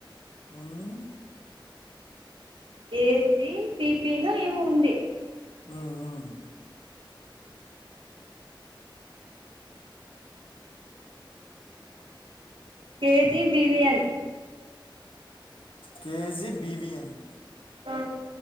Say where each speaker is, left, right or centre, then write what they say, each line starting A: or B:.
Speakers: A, on the left; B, on the right.
A: ఉమ్మ్
B: ఏజి పీపీనో ఏమో ఉంది.
A: మ్ మ్
B: కేెజీ బివిఎన్
A: కేజీ బిబిఎన్
B: ఆ